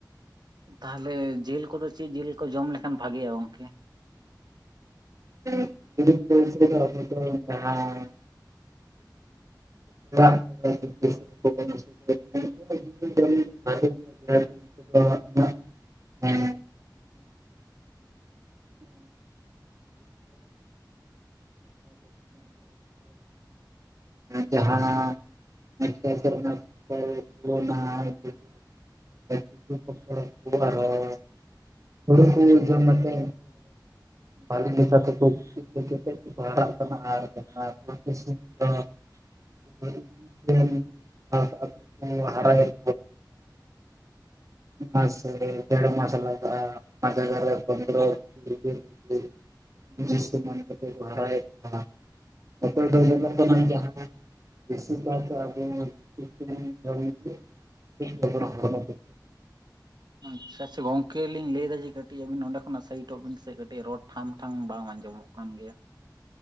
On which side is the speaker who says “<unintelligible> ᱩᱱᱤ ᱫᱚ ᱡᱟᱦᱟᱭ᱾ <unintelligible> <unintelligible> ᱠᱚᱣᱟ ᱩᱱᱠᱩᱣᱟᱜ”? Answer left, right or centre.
Right